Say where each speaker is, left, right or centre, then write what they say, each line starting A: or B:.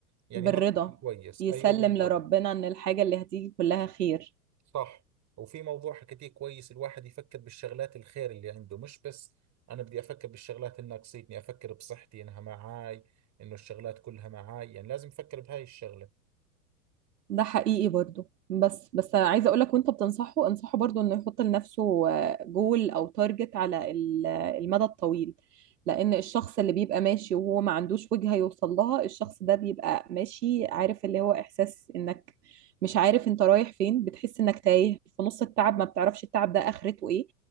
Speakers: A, on the right; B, on the right.
A: يعني
B: بالرضا
A: هذا إشي كويس
B: يسلم
A: أيوة بالضبط
B: لربنا ان الحاجة اللي هتيجي كلها خير
A: صح وفي موضوع حكيتيه كويس الواحد يفكر بالشغلات الخير اللي عنده مش بس أنا بدي أفكر بالشغلات اللي ناقصتني أفكر بصحتي إنها معاي إنه الشغلات كلها معاي يعني لازم أفكر بهاي الشغلة
B: ده حقيقي برضو بس بس عايزه اقول لك وانت بتنصحه انصحه برضو انه يحط لنفسه جول او تارجت على ال- المدى الطويل لان الشخص اللي بيبقى ماشي وهو ما عندوش وجهه يوصل لها الشخص ده بيبقى ماشي عارف اللي هو احساس انك مش عارف انت رايح فين بتحس انك تايه في نص التعب ما بتعرفش التعب ده اخرته ايه